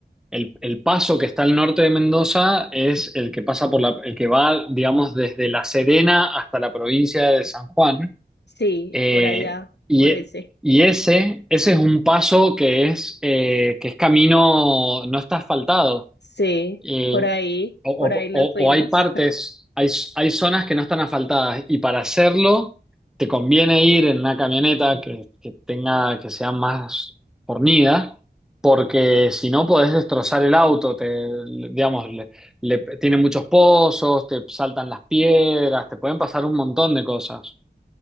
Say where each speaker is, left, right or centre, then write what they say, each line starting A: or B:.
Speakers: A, in the centre; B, on the left (about 80°).
A: el, el paso que está al norte de Mendoza es el que pasa por la, el que va, digamos, desde La Serena hasta la provincia de San Juan.
B: Sí,
A: Eh,
B: por allá,
A: y,
B: por
A: e-
B: ese.
A: y ese, ese es un paso que es, eh, que es camino, no está asfaltado.
B: Sí,
A: Y,
B: por ahí,
A: o, o-
B: por ahí nos
A: o-
B: fuimos.
A: o hay partes, hay, hay zonas que no están asfaltadas y para hacerlo te conviene ir en una camioneta que, que tenga, que sea más fornida, porque si no podés destrozar el auto, te, digamos, le- le- tiene muchos pozos, te saltan las piedras, te pueden pasar un montón de cosas.